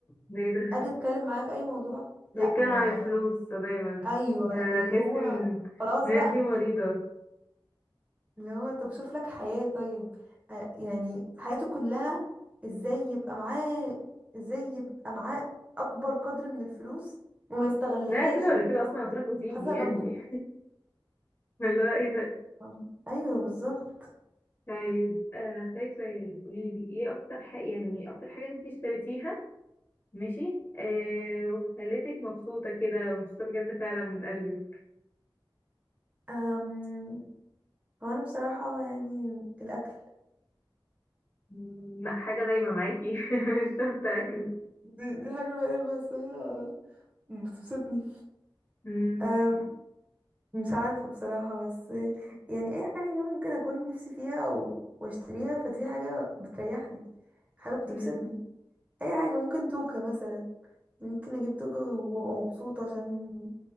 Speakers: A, on the left; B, on the right.
A: ده ايه ده
B: اجي اتكلم معاه في اي موضوع لا
A: بيتكلم
B: انا
A: عن الفلوس دايما
B: ايوه
A: ده
B: اللي
A: تحس
B: هو
A: ان
B: خلاص
A: الناس
B: بقى
A: دي مريضه
B: اللي هو طب شوف لك حياة طيب آه يعني حياته كلها ازاي يبقى معاه ازاي يبقى معاه اكبر قدر من الفلوس وما يستغلهاش
A: لا كده ولا
B: يعني
A: كده
B: اللي هو
A: اصلا هتروح وتيجي
B: حاططها
A: يعني
B: جنبه
A: <laughs> اللي هو ايه ده
B: أم- ايوه بالظبط
A: طيب آه فاكرة يعني قولي لي ايه اكتر حاجة يعني اكتر حاجة انت اشتريتيها ماشي آه وخلتك مبسوطة كده مبسوطة بجد فعلا من قلبك
B: أم... هو انا بصراحة يعني الاكل
A: مم، لا حاجة دايما معاكي <laughs> مش شرط اكل
B: <laughs> دي, دي حاجة الوحيدة اللي بحسها بتبسطني
A: مم،
B: أم... مش عارفة بصراحة بس يعني أي حاجة ممكن أكون نفسي فيها و- وأشتريها فدي حاجة بتريحني حاجة بتبسطني
A: مم.
B: أي حاجة ممكن توكة مثلا ممكن أجيب توكة وأبقى مبسوطة عشان